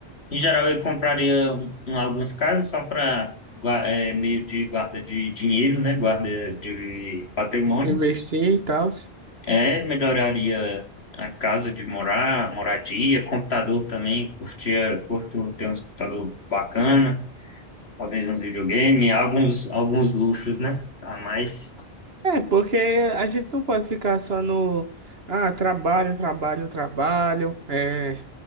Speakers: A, on the left; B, on the right.
A: em geral, eu compraria um, um- algumas casas só para meio de guarda de dinheiro, né? Guarda de patrimônio.
B: Investir e tal?
A: É, melhoraria a casa de morar, moradia, computador também. Curtia, curto ter um computador bacana, talvez uns videogame, alguns, alguns luxos, né? A mais.
B: É, porque a gente não pode ficar só no. Ah, trabalho, trabalho, trabalho. É,